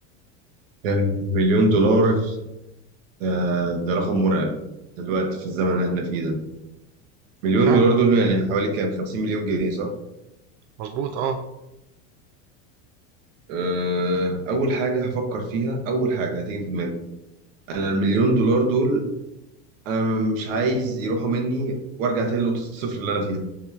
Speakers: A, on the right (about 85°); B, on the right (about 60°).
A: كان مليون دولار آه، ده رقم مرعب دلوقتي في الزمن اللي احنا فيه ده مليون
B: فعلا
A: دولار دول يعني حوالي كام 50 مليون جنيه صح
B: مظبوط اه
A: آه، اول حاجه هفكر فيها اول حاجه هتيجي في دماغي انا المليون دولار دول انا مش عايز يروحوا مني وارجع تاني لنقطه الصفر اللي انا فيها